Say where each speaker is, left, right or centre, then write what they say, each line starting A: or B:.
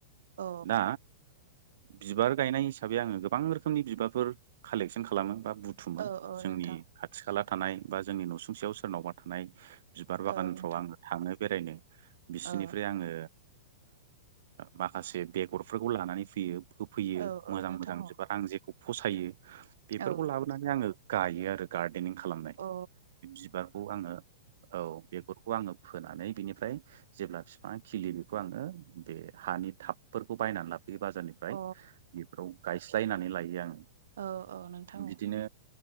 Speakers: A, on the right; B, on the right.
A: औ
B: दा बिबार गायनाय हिसाबै आङो गोबां रोखोमनि बिबारफोर कालेक्सन खालामो बा बुथुमो
A: औ औ
B: जोंनि
A: नोंथां
B: खाथि खाला थानाय बा जोंनि न'सुंसेयाव सोरनावबा थानाय बिबार बागानफ्राव
A: औ नोंथां
B: आङो थाङो बेरायनो बिसिनिफ्राय
A: औ
B: आङो माखासे बेगरफोरखौ लानानै फैयो होफैयो
A: औ औ
B: मोजां
A: नोंथां
B: मोजां
A: औ
B: बिबार आं जेखौ फसायो बेफोरखौ
A: औ
B: लाबोनानै आङो गायो आरो गार्देनिं खालामनाय
A: अ
B: बिबारखौ आङो औ बेगरखौ आङो फोनानै बिनिफ्राय जेब्ला बिफाङा खिलि बेखौ आङो बे हानि थाबफोरखौ बायनानै लाबोबाय बे बाजारनिफ्राय
A: अ
B: बेफोराव गायस्लायनानै लायो आङो
A: औ औ नोंथां
B: बिदिनो